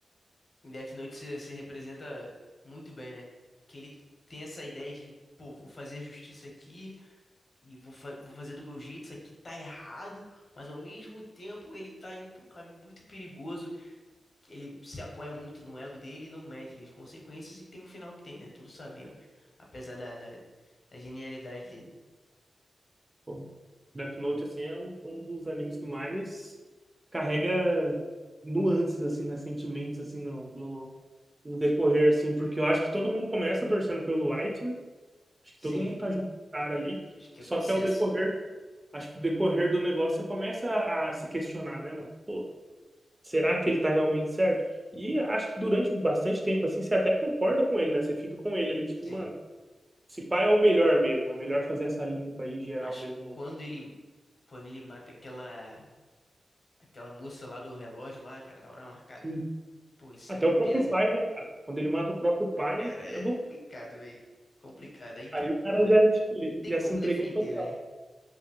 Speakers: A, on the left (about 40°); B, on the right (about 20°).
A: Em Death Note se, se representa muito bem, né? Porque ele tem essa ideia de, pô, vou fazer a justiça aqui e vou, fa- vou fazer do meu jeito, isso aqui tá errado, mas ao mesmo tempo ele tá indo pra um caminho muito perigoso. Ele se apoia muito no ego dele e não mede as consequências e tem o final que tem, né? Todos sabemos, apesar da, da da genialidade dele.
B: Pô, Death Note, assim, é um, um dos animes que mais carrega nuances, assim, né? Sentimentos, assim, no, no, no decorrer, assim. Porque eu acho que todo mundo começa torcendo pelo Light, né? Acho que
A: Sim.
B: todo mundo tá junto com o cara ali.
A: Acho que
B: Só
A: é consenso.
B: que ao decorrer acho que o decorrer do negócio você começa a, se questionar, né, mano? Pô, será que ele tá realmente certo? E acho que durante bastante tempo, assim, você até concorda com ele, né? Você fica com ele ali, tipo,
A: Sim.
B: mano, esse pai é o melhor mesmo, é melhor fazer essa limpa aí geral
A: Mas
B: mesmo.
A: quando ele quando ele mata aquela aquela moça lá do relógio lá, cara, da hora marcada.
B: Sim.
A: Pô, isso
B: Até
A: aí
B: o próprio
A: pesa.
B: pai, né, cara? Quando ele mata o próprio pai,
A: Cara, é
B: eu vou...
A: complicado, velho. Complicado. Aí tu,
B: aí o cara
A: pô,
B: já, tipo,
A: tem
B: já
A: como
B: se entregou
A: defender,
B: total.
A: velho.